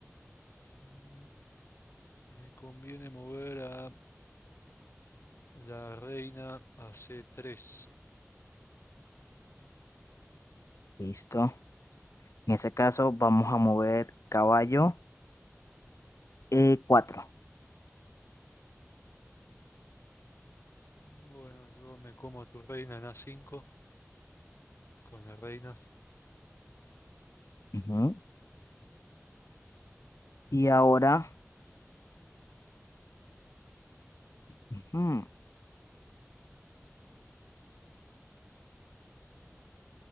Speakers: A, on the left; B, on the left.
A: mm, Me conviene mover a la reina a c tres.
B: listo. En ese caso vamos a mover caballo. eh, cuatro
A: Bueno, yo me como a tu reina en A5 con la reina.
B: Ujú. Y ahora ujú,